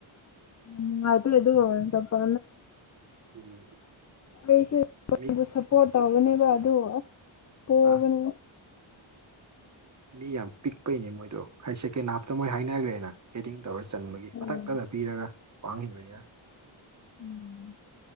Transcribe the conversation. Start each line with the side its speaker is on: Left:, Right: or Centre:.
Left: ꯎꯝ ꯍꯥꯏ ꯌꯦꯗꯨꯒ ꯇꯄ
Right: ꯎꯝ
Left: ꯑꯩꯁꯨꯣꯟ
Right: ꯃꯤ
Left: ꯁꯞꯄꯣꯔꯠ ꯇꯧꯒꯅꯦꯕ ꯑꯗꯨ ꯄꯣꯛꯒꯅꯨ
Right: ꯑ ꯃꯤ ꯌꯥꯝ ꯄꯤꯛꯄꯩꯅꯦ ꯃꯣꯏꯗꯣ ꯍꯥꯏ ꯁꯦꯀꯦꯟ ꯍꯥꯐꯇ ꯃꯣꯏ ꯍꯥꯏꯅꯈ꯭ꯔꯦꯅ ꯍꯦꯗꯤꯡ ꯇꯧꯔ ꯆꯟꯕꯒꯤ
Left: ꯎꯝ
Right: ꯃꯊꯛꯇꯗ ꯄꯤꯔꯒ ꯋꯥꯡꯟꯕꯅꯤꯅ
Left: ꯎꯝ